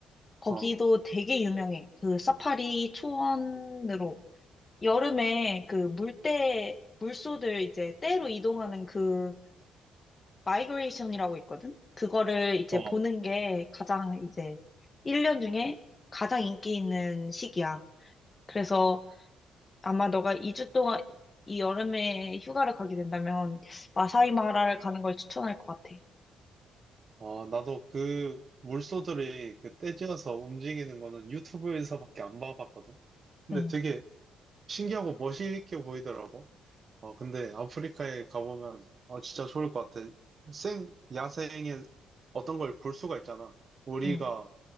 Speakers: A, on the left; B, on the right.
A: 거기도
B: 어,
A: 되게 유명해. 그 사파리 초원으로. 여름에 그 물대, 물소들 이제 떼로 이동하는 그 마이그레이션이라고 있거든? 그거를 이제
B: 어.
A: 보는 게 가장 이제 1년 중에 가장 인기 있는 시기야. 그래서 아마 너가 2주 동안 이 여름에 휴가를 가게 된다면 마사이 마라를 가는 걸 추천할 것 같아.
B: 아, 나도 그 물소들이 그 떼지어서 움직이는 거는 유튜브에서밖에 안 봐봤거든. 근데
A: 응,
B: 되게 신기하고 멋있게 보이더라고. 어, 근데 아프리카에 가보면 어, 진짜 좋을 것 같아. 생, 야생의 어떤 걸 볼 수가 있잖아. 우리가
A: 응.